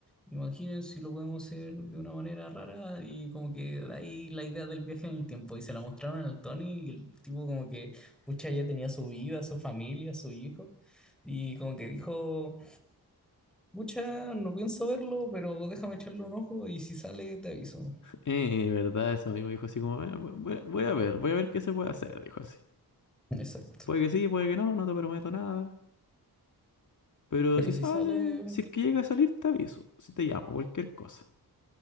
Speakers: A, in the centre; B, on the left (about 50°).
A: imaginen si lo podemos hacer de una manera rara y como que de ahí la idea del viaje en el tiempo y se la mostraron al Tony y el tipo como que, pucha, ya tenía su vida, su familia, su hijo y como que dijo, pucha, no pienso verlo, pero déjame echarle un ojo y si sale te aviso.
B: Eh, eh, verdad, eso a mí me dijo así como, "Eh, voy, voy- voy a ver, voy a ver qué se puede hacer, dijo así.
A: Exacto.
B: Puede que sí, puede que no, no te prometo nada. Pero
A: Pero
B: si
A: si
B: sale,
A: sale,
B: si es que llega a salir, te aviso. Si te llamo, cualquier cosa.